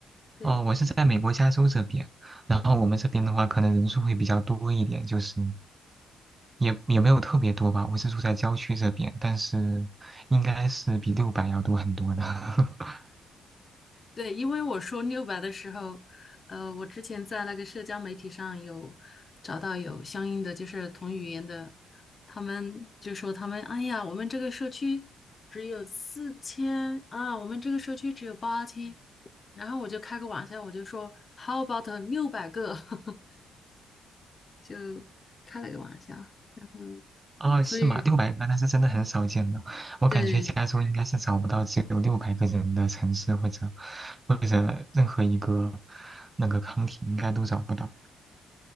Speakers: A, on the left; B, on the right.
A: 对，
B: 哦，我是在美国加州这边，然后我们这边的话，可能人数会比较多一点，就是也也没有特别多吧。我是住在郊区这边，但是应该是比六百要多很多的。<laughs>
A: 对，因为我说六百的时候，呃，我之前在那个社交媒体上有找到有相应的就是同语言的，他们就说他们，哎呀，我们这个社区只有四千啊，我们这个社区只有八千，然后我就开个玩笑，我就说 How about 六百个，<laughs> 就开了个玩笑，然后
B: 啊，
A: 所以
B: 是吗？六百个那是真的很少见的，我感觉加州应该是找不到只有六百个人的城市，
A: 对
B: 或者或者任何一个那个 c 体应该都找不到。